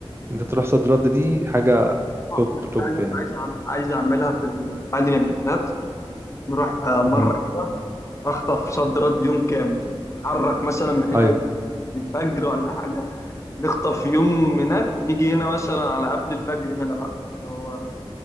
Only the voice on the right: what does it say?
انت تروح صد رد دي حاجه توب
توب
يعني
امم
ايوه